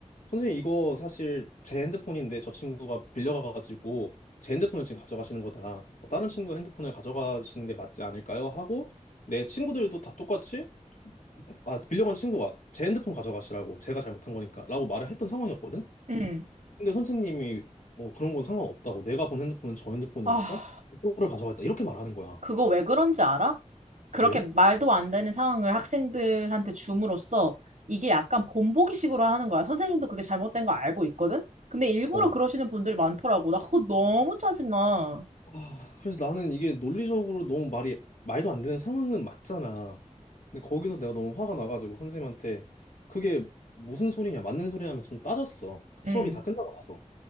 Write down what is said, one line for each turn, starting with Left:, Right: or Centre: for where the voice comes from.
Left: 선생님 이거 사실 제 핸드폰인데 저 친구가 빌려가가지고 제 핸드폰을 지금 가져가시는 거다. 어, 다른 친구 핸드폰을 가져가시는 게 맞지 않을까요? 하고 내 친구들도 다 똑같이 아, 빌려간 친구가 제 핸드폰 가져가시라고 제가 잘못한 거니까 라고 말을 했던 상황이었거든.
Right: 음,
Left: 근데 선생님이 어, 그런 건 상관없다고 내가 본 핸드폰은 저 핸드폰이니까
Right: 아,
Left: 이거를 가져가겠다 이렇게 말하는 거야.
Right: 그거 왜 그런지 알아? 그렇게
Left: 왜?
Right: 말도 안 되는 상황을 학생들한테 줌으로써 이게 약간 본보기식으로 하는 거야. 선생님도 그게 잘못된 거 알고 있거든? 근데 일부러
Left: 어,
Right: 그러시는 분들이 많더라고. 나 그거 너무 짜증나.
Left: 와, 그래서 나는 이게 논리적으로 너무 말이 말도 안 되는 상황은 맞잖아. 근데 거기서 내가 너무 화가 나가지고 선생님한테 그게 무슨 소리냐, 맞는 소리 하면서 좀 따졌어. 수업이
Right: 음.
Left: 다 끝나고 나서.